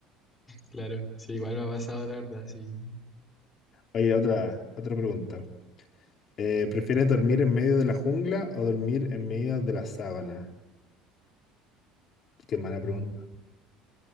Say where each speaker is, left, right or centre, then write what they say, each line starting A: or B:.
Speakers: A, on the left; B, on the left.
A: Claro, sí, igual me ha pasado, la verdad, sí.
B: Oye, otra, otra pregunta. Eh, ¿prefieres dormir en medio de la jungla o dormir en medio de la sábana? Qué mala pregunta.
A: Mm,